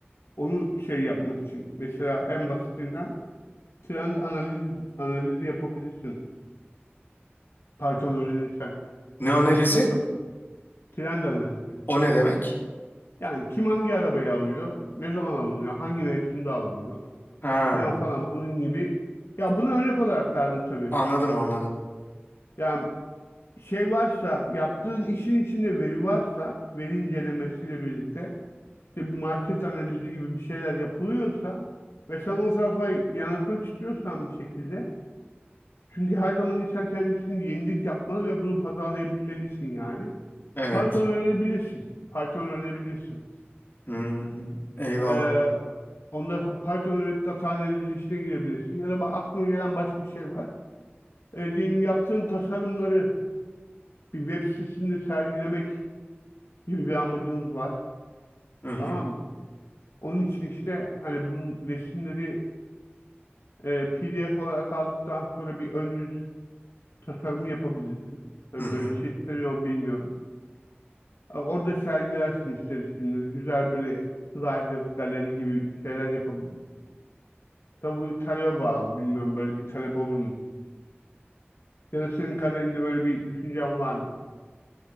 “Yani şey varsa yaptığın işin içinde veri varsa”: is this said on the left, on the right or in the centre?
Left